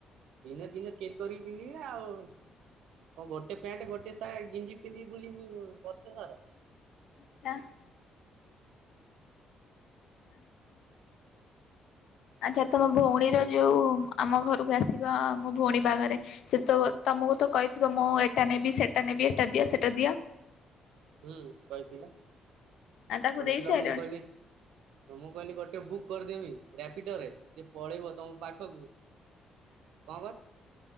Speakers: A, on the right; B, on the left.
A: ଦିନେ ଦିନେ ଚେଜ କରିକି ପିନ୍ଧିବିନା ଆଉ। କଁ ଗୋଟେ ପ୍ୟାଣ୍ଟ ଗୋଟେ ସାର୍ଟ ଗେଞ୍ଜି ପିନ୍ଧି ବୁଲିବୁ ବର୍ଷ ସାରା।
B: ଆ ଆଛା। ଆଛା ତମ ଭଉଣୀର
A: ହୁଁ
B: ଯୋଉ ଆମ ଘରକୁ ଆସିବା ମୋ ଭଉଣୀ ବାଘରେ ସେ ତ ତମକୁ ତ କହିଥିବ ମୁଁ ଏଟା ନେବି ସେଟା ନେବି ଏଟା ଦିଅ ସେଟା ଦିଅ।
A: ହୁଁ କହିଥିଲା।
B: ଆ ତାକୁ
A: କହିଥିଲା
B: ଦେଇ ସାଇଲଣି
A: ମୁଁ କହିଲି ତ ମୁଁ କହିଲି ଗୋଟେ ବୁକ୍ କରିଦେବି, ରାପିଡୋ ରେ, ସିଏ ପଳେଇବ ତମ ପାଖକୁ। <unintelligible>